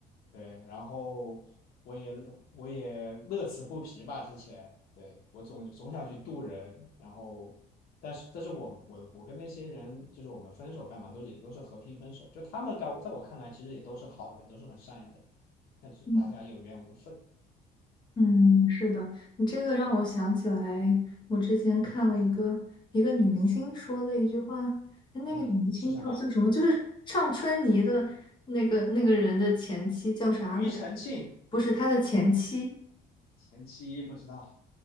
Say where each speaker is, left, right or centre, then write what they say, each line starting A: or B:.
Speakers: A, on the left (about 65°); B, on the left (about 25°).
A: 对，然后我也乐我也乐此不疲吧。之前对我总总想去渡人，然后但是但是我我我跟那些人就是我们分手干嘛都也都是和平分手，就他们在我在我看来其实也都是好人，都是很善良的人，但只是大家有缘无分。
B: <laughs> 嗯，是的，你这个让我想起来，我之前看了一个一个女明星说的一句话，那个女明星叫叫什么？
A: 嗯，是什么？
B: 就是唱春泥的那个那个人的前妻叫啥来着？
A: 庾澄庆
B: 不是他的前妻，
A: 前妻不知道，